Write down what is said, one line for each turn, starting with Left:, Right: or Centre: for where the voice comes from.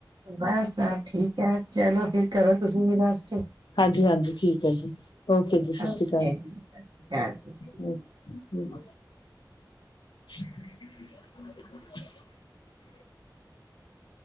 Right: ਮੈ ਸਭ ਠੀਕ ਹੈ ਚਲੋ ਫਿਰ, ਕਰੋ ਤੁਸੀਂ ਵੀ ਰੇਸਟ
Left: ਹਾਂਜੀ ਹਾਂਜੀ ਠੀਕ ਐ ਜੀ ਓਕੇ ਜੀ ਸੀ
Right: ਓਕੇ
Left: ਕਾਲ
Right: ਜੀ ਸਤਿ ਸ਼੍ਰੀ ਅਕਾਲ ਜੀ ਠੀਕ
Left: ਓ <unintelligible>
Right: <inaudible>